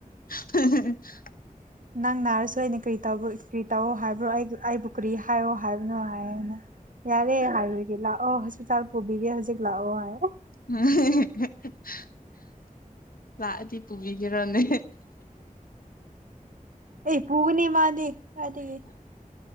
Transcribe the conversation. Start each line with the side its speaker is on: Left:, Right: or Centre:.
Left: <unintelligible>
Right: ꯅꯪ ꯅꯥꯔꯁꯨ ꯑꯩꯅ ꯀ꯭ꯔꯤ ꯇꯧꯕ ꯀ꯭ꯔꯤ ꯇꯧ ꯍꯥꯏꯕ꯭ꯔꯣ ꯑꯩꯒꯨ ꯑꯩꯕꯨ ꯀꯔꯤ ꯍꯥꯏꯌꯣ ꯍꯥꯏꯕꯅꯣ ꯍꯥꯏꯅꯦ ꯌꯥꯔꯦ ꯍꯥꯏ ꯑꯣꯏꯒꯤ ꯂꯥꯛꯑꯣ ꯍꯧꯖꯤꯛ ꯄꯤꯇꯥꯜ ꯄꯨꯕꯤꯒꯦ ꯍꯧꯖꯤꯛ ꯂꯥꯎꯑꯣ ꯍꯥꯏ ꯑꯣ
Left: ꯎꯝ ꯍꯍ ꯍꯍ ꯍꯍ ꯂꯥꯛꯑꯗ ꯄꯨꯕꯤꯒꯦꯔꯥꯅꯦ
Right: ꯑꯩ ꯄꯨꯨꯒꯅꯤ ꯃꯥꯅꯦꯗ